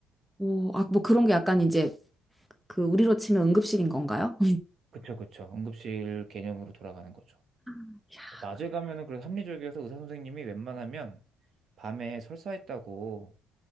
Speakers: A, in the centre; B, on the right (about 40°).
A: 오, 아, 뭐 그런 게 약간 이제 그 우리로 치면 응급실인 건가요?
B: 그쵸, 그쵸. 응급실 개념으로 돌아가는 거죠.
A: <laughs>
B: 낮에 가면은 그래도 합리적이어서 의사 선생님이 웬만하면 밤에 설사했다고,